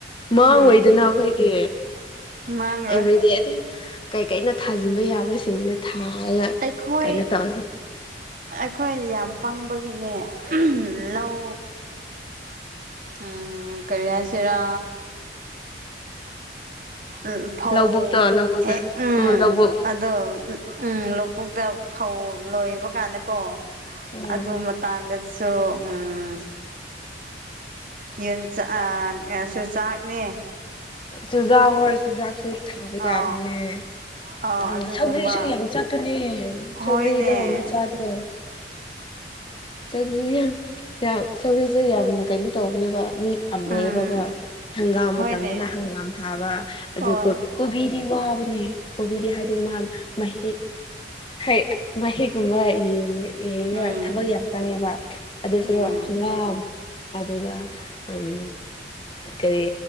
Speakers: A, on the left; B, on the right.
A: ꯃꯃꯥꯡ
B: ꯎꯝ
A: ꯑꯣꯏꯗꯨꯅ ꯑꯩꯈꯣꯏꯒꯤ
B: ꯃꯥꯡꯔꯣꯏ
A: ꯑꯦꯚ꯭ꯔꯤ ꯗꯦ ꯑꯗꯨꯝ ꯀꯩꯀꯩꯅꫭ ꯊꯥꯖꯤꯟꯕ ꯌꯥꯕꯁꯤꯡꯅ ꯊꯥꯔꯒ
B: ꯑꯩꯈꯣꯏ
A: ꯀꯩꯅꯣ ꯇꯧꯁꯦ꯫
B: ꯑꯩꯈꯣꯏ ꯌꯥꯝ ꯄꯪꯕꯒꯤꯅꯦ ꯂꯧ ꯎꯝ ꯀꯔꯤ ꯍꯥꯍꯁꯤꯔꯥ ꯎꯝ ꯐꯧ
A: ꯂꯧꯕꯨꯛꯇꯣ ꯂꯧꯕꯨꯛꯇ
B: ꯍꯦꯛ ꯎꯝ
A: ꯂꯧꯕꯨꯛ
B: ꯑꯗꯣ ꯎꯝ ꯂꯧꯕꯨꯛꯇ ꯐꯧ ꯂꯣꯏꯕ ꯀꯥꯟꯗꯀꯣ
A: ꯎꯝ
B: ꯑꯗꯨ ꯃꯇꯥꯡꯗ ꯁꯨ ꯎꯝ ꯌꯦꯟ ꯆꯥꯛ ꯑꯁꯨ ꯆꯥꯛꯅꯦ꯫
A: ꯆꯨꯖꯥꯛ ꯑꯣꯏꯔꯁꯨ ꯆꯨꯖꯥꯛ ꯁꯨ ꯊꯥꯕ
B: ꯑꯥꯎ
A: ꯌꯥꯕꯅꯦ꯫
B: ꯑꯥꯎ
A: ꯑꯗꯣ
B: ꯑꯗꯨꯒꯨꯝꯕ
A: ꯁꯧꯒ꯭ꯔꯤꯁꯨ ꯌꯥꯝ ꯆꯠꯄꯅꯦ
B: ꯍꯣꯏꯅꯦ
A: ꯁꯒ꯭ꯔꯤꯗꯣ ꯃꯆꯥꯗꯣ꯫ ꯆꯧꯒ꯭ꯔꯤ ꯌꯥꯝ ꯆꯧꯒꯔꯤꯁꯦ ꯌꯥꯝ ꯀꯩꯅꯣ ꯇꯧꯕꯅꯦꯕ꯫ ꯃꯤ ꯄꯥꯝꯅꯩꯌꯦꯕꯀꯣ
B: ꯎꯝ
A: ꯍꯪꯒꯥꯝ
B: ꯍꯣꯏꯅꯦ
A: ꯃꯇꯝꯗꯨꯅ ꯍꯪꯒꯥꯝ ꯊꯥꯕ ꯑꯗꯨꯒ
B: ꯍꯣꯏ
A: ꯀꯣꯕꯤ ꯗꯤ ꯋꯥꯕꯅꯦ ꯀꫭꯕꯤꯗꯤ ꯍꯥꯏꯗꯤ ꯃꯥ ꯃꯍꯤꯛ ꯍꯩ ꯃꯍꯤꯛ ꯀꯨꯝꯕ ꯌꯦꯡꯏ꯫ ꯌꯦꯡꯔ
B: ꯎꯝ
A: ꯊꯕꯛ ꯌꯥꯝ ꯆꯪꯉꯦꯕ ꯑꯗꯨꯁꯔꯨꯛ
B: ꯎꯝ
A: ꯍꯪꯒꯥꯝ ꯑꯗꯨꯒ ꯎꯝ ꯀꯔꯤ